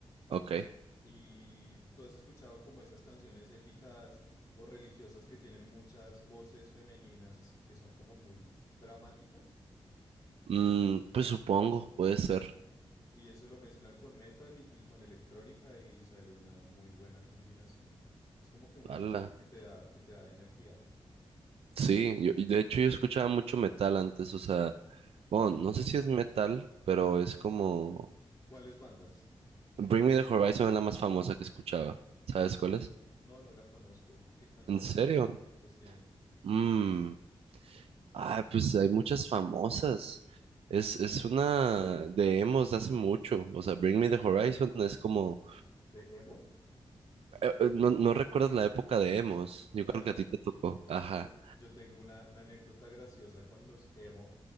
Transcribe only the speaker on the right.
Ok.
Mm, pues supongo, puede ser.
Ala.
Sí, yo, y de hecho yo escuchaba mucho metal antes, o sea, bueno, no sé si es metal, pero es como
Bring Me the Horizon es la más famosa que escuchaba. ¿Sabes cuál es?
¿En serio?
Mm. Ay, pues hay muchas famosas. Es, es una de emos de hace mucho. O sea, Bring Me the Horizon es como...
eh, eh, no, no recuerdas la época de emos. Yo
creo que a ti te tocó. Ajá.